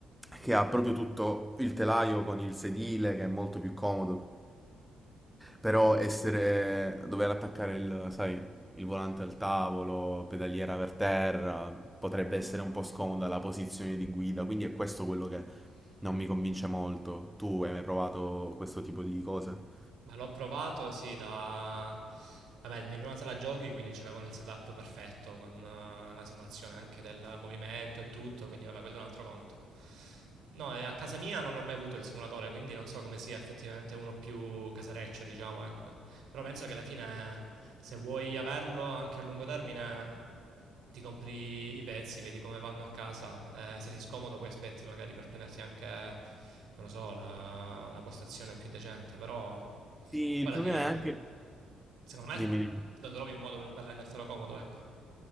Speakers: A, in the centre; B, on the right.
A: che ha proprio tutto il telaio con il sedile, che è molto più comodo. Però essere, dover attaccare il, sai, il volante al tavolo, pedaliera per terra, potrebbe essere un po' scomoda la posizione di guida, quindi è questo quello che non mi convince molto. Tu hai mai provato questo tipo di cose?
B: Ma l'ho provato, sì, da... Vabbè, in una sala giochi, quindi c'avevano il setup perfetto, con eh, la simulazione anche del movimento e tutto, quindi vabbè, quello è un altro conto. No, e a casa mia non ho mai avuto il simulatore, quindi non so come sia effettivamente uno più casareccio, diciamo, ecco. Però penso che alla fine se vuoi averlo anche a lungo termine, ti compri i pezzi, vedi come vanno a casa. Eh, se sei scomodo, poi aspetti magari per prenderti anche, non lo so, la- una postazione più decente. Però poi
A: Sì, il
B: alla
A: problema
B: fine,
A: è anche...
B: secondo me,
A: Dimmi. dimmi.
B: lo trovi un modo per, per rendertelo comodo, ecco.